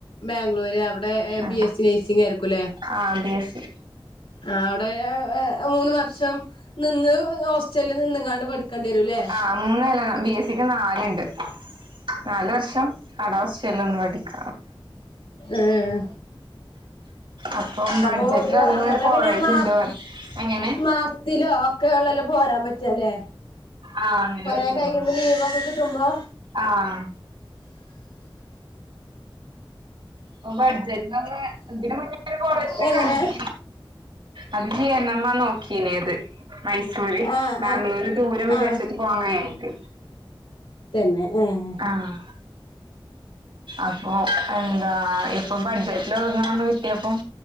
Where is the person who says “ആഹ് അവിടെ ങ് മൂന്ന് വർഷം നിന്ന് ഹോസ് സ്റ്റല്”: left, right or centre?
Left